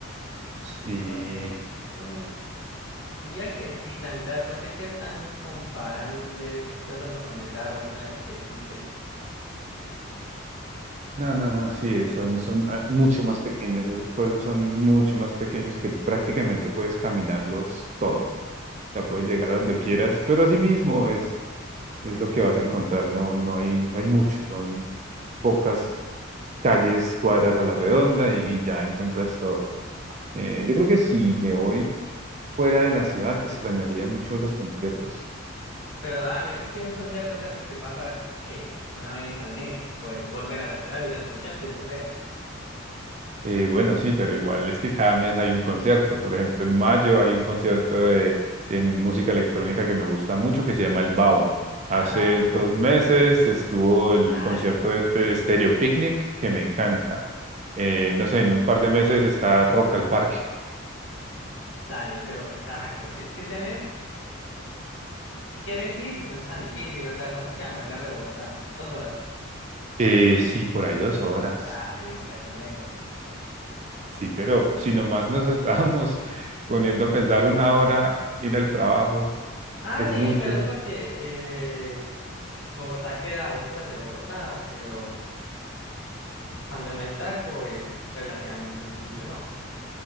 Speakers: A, on the right (about 35°); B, on the left (about 60°).
A: Sí.
B: Entonces, mm, Diría que sí, la mitad, no sé qué tan comparanles de pronto con Melgar o alguna de las que dijiste,
A: No, no, no, sí, son, son ah, mucho más pequeños, esos pueblos son mucho más pequeños que prácticamente puedes caminarlos todo, o sea, puedes llegar a donde quieras, pero así mismo es es lo que vas a encontrar. No, no hay, no hay mucho, son pocas calles, cuadras a la redonda y, ya encuentras todo. Eh, yo creo que si me voy fuera de la ciudad, extrañaría mucho los conciertos.
B: pero dale, es que un concierto es algo que pasa que una vez al mes, pues volver a la ciudad, ir al concierto y volver.
A: Eh, bueno, sí, pero igual es que cada mes hay un concierto. Por ejemplo, en mayo hay un concierto de, de música electrónica que me gusta mucho que se llama el Baum. Hace
B: Ah, sí,
A: dos
B: sí, sí,
A: meses estuvo el
B: dale,
A: concierto de este Stereo Picnic que me encanta eh,
B: ok,
A: no sé, en un par de meses está Rock al Parque
B: dale, pero exacto, si, si tenés, si quieres ir, no es tan difícil, o sea, ¿cuánto queda Melgar de Bogotá? ¿Dos horas?
A: Eh, sí, por ahí dos horas.
B: Dale, no queda tan lejos.
A: Sí, pero si nomás nos <laughs> estábamos poniendo a pensar una hora, ir al trabajo,
B: Ah,
A: es
B: sí,
A: mucho.
B: pero es porque eh, Bogotá queda a dos horas de Bogotá, pero Cuando no hay taco es relativamente sencillo, ¿no?